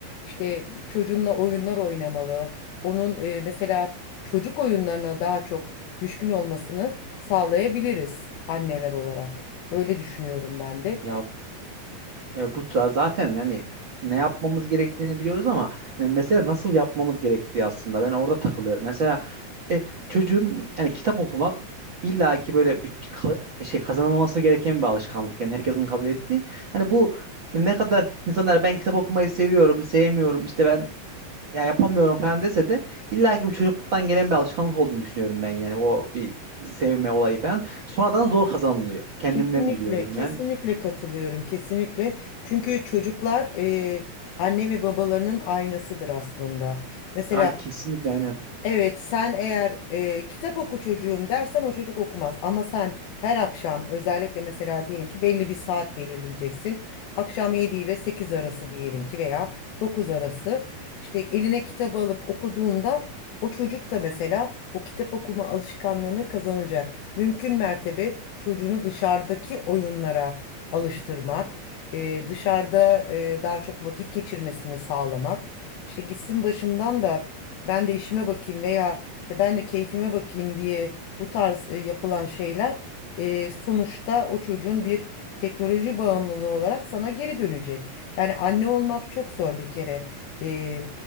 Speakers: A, on the left; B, on the right.
A: İşte çocuğunla oyunlar oynamalı. Onun e, mesela çocuk oyunlarına daha çok düşkün olmasını sağlayabiliriz anneler olarak. Öyle düşünüyorum ben de.
B: Ya E, bu za- zaten hani ne yapmamız gerektiğini biliyoruz ama yani mesela nasıl yapmamız gerektiği aslında ben orada takılıyorum. Mesela e, çocuğun yani kitap okumak illaki böyle bir ka- şey kazanılması gereken bir alışkanlık. Yani herkesin kabul ettiği. Hani bu ne kadar insanlar ben kitap okumayı seviyorum, sevmiyorum, işte ben ya yapamıyorum falan dese de illaki bu çocukluktan gelen bir alışkanlık olduğunu düşünüyorum ben yani o bir sevme olayı falan. Sonradan zor kazanılıyor. Kendimden
A: Kesinlikle,
B: biliyorum
A: kesinlikle
B: yani.
A: katılıyorum, kesinlikle. Çünkü çocuklar e, anne ve babalarının aynasıdır aslında. Mesela
B: Ay kesinlikle aynen.
A: Evet, sen eğer e, kitap oku çocuğum dersen o çocuk okumaz. Ama sen her akşam özellikle mesela diyelim ki belli bir saat belirleyeceksin. Akşam 7 ile 8 arası diyelim ki veya 9 arası. İşte eline kitabı alıp okuduğunda o çocuk da mesela o kitap okuma alışkanlığını kazanacak. Mümkün mertebe çocuğunu dışarıdaki oyunlara alıştırmak, e, dışarıda e, daha çok vakit geçirmesini sağlamak. İşte gitsin başımdan da ben de işime bakayım veya işte ben de keyfime bakayım diye bu tarz e, yapılan şeyler e, sonuçta o çocuğun bir teknoloji bağımlılığı olarak sana geri dönecek. Yani anne olmak çok zor bir kere. E,